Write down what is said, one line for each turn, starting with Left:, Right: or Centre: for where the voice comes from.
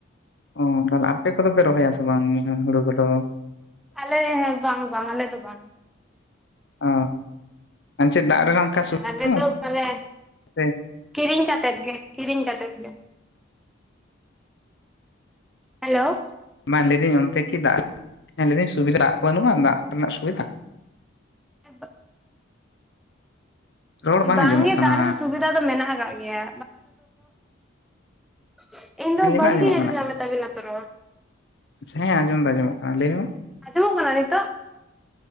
Left: ᱚ ᱛᱟᱦᱞᱮ ᱟᱯᱮ ᱠᱚᱫᱚ ᱯᱮ ᱨᱚᱦᱚᱭ-ᱟ ᱥᱮᱵᱟᱝ ᱦᱳᱲᱳ ᱠᱚᱫᱚ
Centre: ᱟᱞᱮ ᱦᱚᱸ ᱵᱟᱝ ᱵᱟᱝ ᱟᱞᱮ ᱫᱚ ᱵᱟᱝ
Left: ᱚ ᱟᱨ ᱪᱮᱫ ᱫᱟᱜ ᱨᱮᱱᱟᱜ ᱚᱱᱠᱟ
Centre: ᱦᱮ
Left: ᱥᱩᱵᱤᱫᱷᱟ
Centre: ᱟᱞᱮ ᱫᱚ ᱢᱟᱱᱮ
Left: ᱥᱮ
Centre: ᱠᱤᱨᱤᱧ ᱠᱟᱛᱮᱫ ᱜᱮ ᱠᱤᱨᱤᱧ ᱠᱟᱛᱮᱫ ᱜᱮ ᱦᱮᱞᱳ
Left: ᱵᱟᱝ ᱞᱟᱹᱭ ᱫᱟᱹᱧ ᱚᱱᱛᱮ ᱠᱤ ᱫᱟᱜ ᱥᱩᱵᱤᱫᱟ ᱫᱟᱜ ᱵᱟᱹᱱᱩᱜᱼᱟ ᱫᱟᱜ ᱨᱮᱱᱟᱜ ᱥᱩᱵᱤᱫᱷᱟ
Centre: <inaudible>
Left: ᱨᱚᱲ
Centre: ᱵᱟᱝ
Left: ᱟᱸᱡᱚᱢᱚᱜ
Centre: ᱜᱮ
Left: ᱠᱟᱱᱟ
Centre: ᱫᱟᱜ ᱨᱮᱱᱟᱜ ᱥᱩᱵᱤᱫᱷᱟ ᱫᱚ ᱢᱮᱱᱟᱜ ᱟᱠᱟᱜ ᱜᱮᱭᱟ <unintelligible> ᱤᱧ ᱫᱚ
Left: ᱦᱮᱸ ᱞᱟᱹᱭ
Centre: ᱵᱟᱝ
Left: ᱢᱮ ᱟᱸᱡᱚᱢᱚᱜ
Centre: ᱜᱤᱧ ᱟᱸᱡᱚᱢ
Left: ᱠᱟᱱᱟ
Centre: ᱧᱟᱢ ᱮᱫ ᱛᱟᱵᱮᱱᱟ ᱛᱚ ᱨᱚᱲ
Left: ᱦᱮᱸ ᱟᱸᱡᱚᱢ ᱫᱚ ᱟᱸᱡᱚᱢᱚᱜ ᱠᱟᱱᱟ ᱞᱟᱹᱭ ᱢᱮ
Centre: ᱟᱡᱚᱢᱚᱜ ᱠᱟᱱᱟ ᱱᱤᱛᱚᱜ